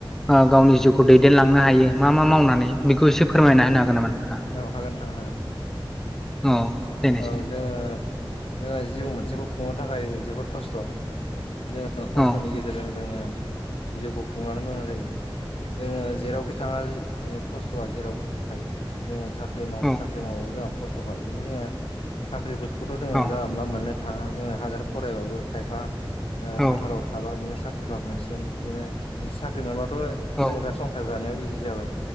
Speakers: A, in the centre; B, on the left (about 85°).
A: ओ गावनि जिउखौ दैदेनलांनो हायो मा मा मावनानै बेखौ एसे फोरमायना होनो हागोन नामा? नोंथाङा?
B: औ हागोन नोंथां हागोन
A: औ देनायसाय
B: ओ जोङो जोङो जिउ मोनसेखौ खुंनो थाखाय जोबोद खस्थ' जोङो खस्थ'नि
A: औ
B: गेजेरजों जोङो जिउखौ खुंलानो गोनां जायो। जोङो जेरावखि थाङा खस्थ'आ जेरावबो दंखायो जोङो साख ख्रि माव
A: औ
B: साख्रि मावाबो जोंहा खस्थ'खा इदिनो जोङो साख्रिफोरखौथ' जोङो
A: औ
B: जानला मोनला मोननो थाङा जोङो हाजार फरायबाबो खायफा ओ
A: औ
B: खाफालाव थाबा इदिनो साख सोरबा मोनसिगोन इदिनो साख्रि मोनबाथ'
A: औ
B: जोरा संसार जानायाव इजि जाबाय।